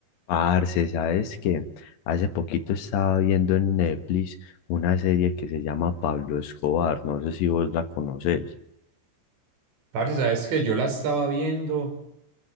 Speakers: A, on the left; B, on the right.
A: Parce, ¿sabes qué? Hace poquito estaba viendo en Netflix una serie que se llama Pablo Escobar, no sé si vos la conoces.
B: Parce, sabes que yo la estaba viendo